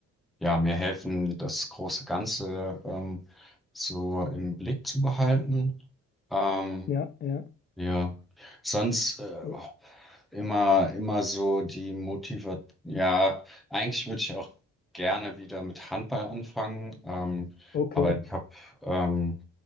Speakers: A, in the centre; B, on the left.
A: äh, ja, mir helfen, das große Ganze ähm, so im Blick zu behalten. Ähm,
B: ja, ja.
A: ja, sonst äh,
B: Äh,
A: immer, immer so die Motiva, ja, eigentlich würde ich auch gerne wieder mit Handball anfangen, ähm,
B: Okay,
A: aber ich habe ähm,